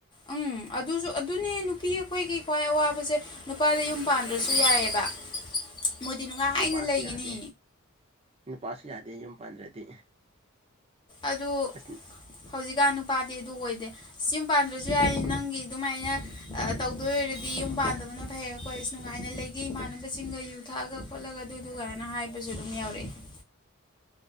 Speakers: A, on the left (about 20°); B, on the right (about 30°).
A: ꯎꯝ ꯑꯗꯨꯁꯨ ꯑꯗꯨꯅꯦ ꯅꯨꯄꯤ ꯑꯩꯈꯣꯏꯒꯤ ꯈ꯭ꯋꯥꯏ ꯑꯋꯥꯕꯁꯦ ꯅꯨꯄꯥꯗ ꯌꯨꯝ ꯄꯥꯟꯗ꯭ꯔꯁꯨ ꯌꯥꯏꯑꯕ ꯃꯣꯏꯗꯤ ꯅꯨꯡꯉꯥꯏꯅ
B: ꯅꯨꯄꯥꯁꯨ
A: ꯂꯩꯒꯅꯤ
B: ꯌꯥꯗꯦ ꯅꯨꯄꯥꯁꯨ ꯌꯥꯗꯦ ꯌꯨꯝ ꯄꯥꯟꯗ꯭ꯔꯗꯤ
A: ꯑꯗꯨ
B: ꯑꯁ
A: ꯍꯧꯖꯤꯛꯀꯥꯟ ꯅꯨꯄꯥ ꯦ ꯑꯗꯨ ꯑꯣꯏꯗꯦ ꯁꯤ ꯌꯨꯝ ꯄꯥꯟꯗ꯭ꯔꯁꯨ ꯌꯥꯏ ꯅꯪꯒꯤ ꯑꯗꯨꯃꯥꯏꯅ ꯇꯧꯗꯣꯏ ꯑꯣꯏꯔꯗꯤ ꯌꯨꯝ ꯄꯥꯟꯗꯕꯅ ꯐ ꯍꯦꯛ ꯑꯩꯈꯣꯏ ꯅꯨꯡꯉꯥꯏꯅ ꯂꯩꯒꯦ ꯏꯃꯥꯟꯅꯕꯁꯤꯡꯒ ꯌꯨ ꯊꯛꯑꯒ ꯈꯣꯠꯂꯒ ꯑꯗꯨꯗꯨꯒꯥꯏꯅ ꯍꯥꯏꯕꯁꯨ ꯑꯗꯨꯝ ꯌꯥꯎꯔꯛꯏ <unintelligible>